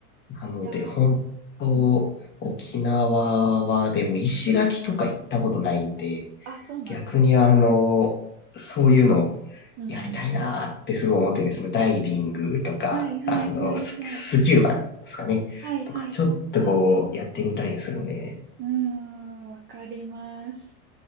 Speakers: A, on the left; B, on the right.
A: なので、
B: いや
A: 本当、
B: ー、
A: 沖縄はでも石垣とか行ったことないんで、
B: うんうん。あ、そうなんです。
A: 逆にあの、そういうの
B: うんうん。
A: やりたいなーってすごい思ってるんですよ。そダイビングとか、
B: はいはいはいはい。
A: あの、ス、スキューバですかね。
B: はいはいはいはい。
A: とか、ちょっとこう、やってみたいんですよね。
B: うーん、わかります。